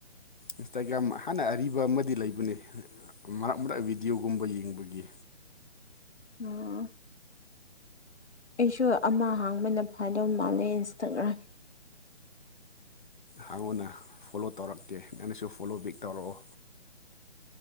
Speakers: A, on the left (about 45°); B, on the left (about 70°).
A: ꯏꯟꯁꯇꯥꯒ꯭ꯔꯥꯝ ꯍꯥꯟꯅ ꯑꯔꯤꯕ ꯑꯃꯗꯤ ꯂꯩꯕꯅꯦ ꯃꯔꯛ ꯃꯔꯛ ꯕꯤꯗꯤꯌꯣꯒꯨꯝꯕ ꯌꯦꯡꯕꯒꯤ
B: ꯑꯣ ꯑꯩꯁꯨ ꯑꯃ ꯍꯥꯡꯕꯅ ꯐꯗꯧ ꯃꯥꯜꯂꯦ ꯏꯟꯁꯇꯥꯒ꯭ꯔꯥꯝ
A: ꯍꯥꯡꯉꯣꯅ ꯐꯣꯂꯣ ꯇꯧꯔꯛꯀꯦ ꯅꯪꯅꯁꯨ ꯐꯣꯂꯣ ꯕꯦꯛ ꯇꯧꯔꯑꯣ